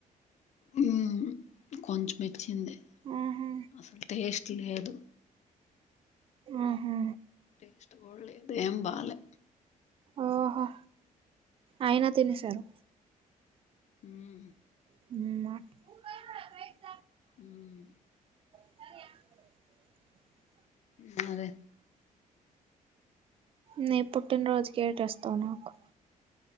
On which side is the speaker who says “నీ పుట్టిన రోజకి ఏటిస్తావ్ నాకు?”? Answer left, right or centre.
Right